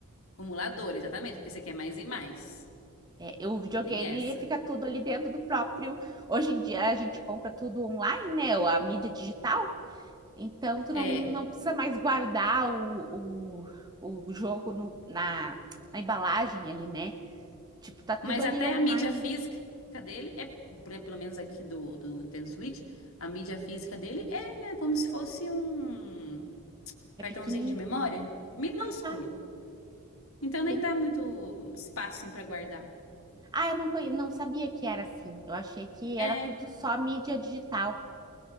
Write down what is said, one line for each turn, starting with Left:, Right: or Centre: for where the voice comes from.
Left: acumulador, exatamente, porque você quer mais e mais.
Right: É, o videogame
Left: Tem essa.
Right: fica tudo ali dentro do próprio. Hoje em dia a gente compra tudo online, né? A mídia digital. Então tu
Left: É.
Right: não, não precisa mais guardar o, o, o jogo no- na, na embalagem ali, né? Tipo, tá tudo
Left: Mas
Right: ali
Left: até
Right: online.
Left: a mídia física dele é, pre- pelo menos aqui do, do Nintendo Switch, a mídia física dele é é como se fosse um cartãozinho
Right: É pequenininho.
Left: de memória, minúsculo.
Right: Ah,
Left: Então nem
Right: tem-
Left: dá muito espaço para guardar.
Right: ah, eu não, conhe... não sabia que era assim. Eu achei que era
Left: É.
Right: tudo só mídia digital,